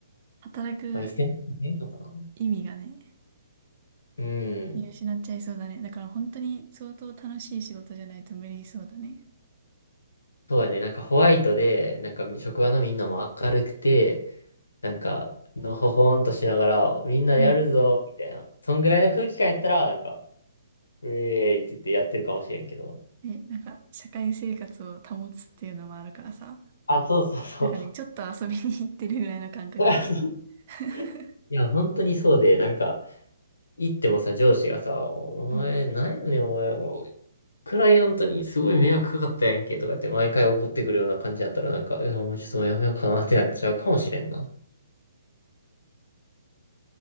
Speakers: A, on the right; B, on the left.
A: 働く
B: まあ、1000万増えんのかな
A: 意味がね、
B: うん。
A: 見失っちゃいそうだね。だから本当に相当楽しい仕事じゃないと無理そうだね。
B: そうやね。なんかホワイトで、なんか職場のみんなも明るくて、なんか、のほほんとしながら、みんなやるぞ、
A: うん。
B: みたいな。そんぐらいの空気感やったら、なんか、ウェーイって言ってやってるかもしれんけど。
A: で、なんか、社会生活を保つっていうのもあるからさ、
B: あ、そうそうそう。
A: なんかね、ちょっと遊びに行ってるぐらいの感覚で。
B: <laughs>
A: <laughs>
B: いや、本当にそうで、なんか、行ってもさ、上司がさ、お前、
A: うん。
B: なんやねん、お前、クライアントにすごい迷惑かかったやんけ、とかって毎回怒ってくるような感じだったら、なんか、いや、もうちょっともうやめようかなってなっちゃうかもしれんな。